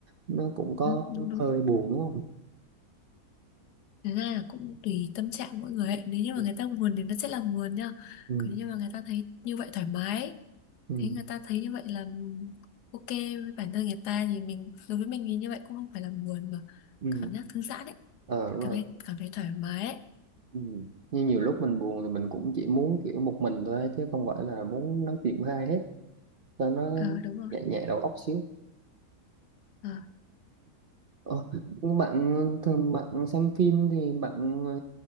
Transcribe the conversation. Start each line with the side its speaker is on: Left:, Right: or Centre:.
Right: nó cũng có
Left: Ừ, đúng đúng.
Right: hơi buồn đúng không
Left: Thế ra là cũng tùy tâm trạng mỗi người ấy. Nếu như mà
Right: ừ.
Left: người ta buồn thì nó sẽ là buồn nha.
Right: Ừ.
Left: Còn nếu như mà người ta thấy như vậy thoải mái, ấy,
Right: Ừ.
Left: thấy người ta thấy như vậy là ok với bản thân người ta thì mình đối với mình thì như vậy cũng không phải là buồn mà
Right: ừ.
Left: cảm giác thư giãn ấy,
Right: Ờ, rồi
Left: cảm thấy cảm thấy thoải mái ấy.
Right: Ừ. Như nhiều lúc mình buồn thì mình cũng chỉ muốn kiểu một mình thôi á, chứ không phải là muốn nói chuyện với ai hết cho nó
Left: Ờ đúng rồi.
Right: nhẹ nhẹ đầu óc xíu
Left: Ờ.
Right: ờ, nhưng bạn thường bạn xem phim thì bạn ờ,